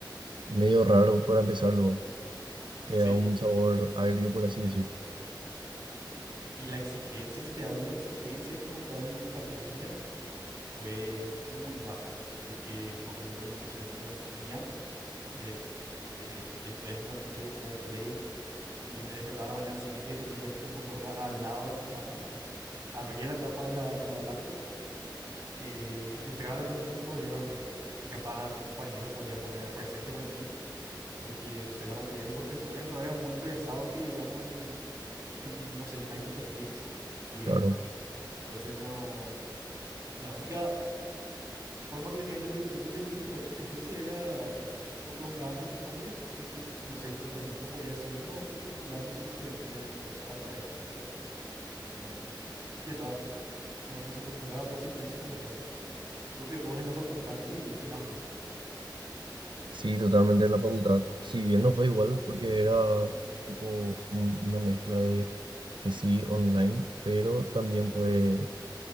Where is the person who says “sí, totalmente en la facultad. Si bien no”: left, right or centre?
Right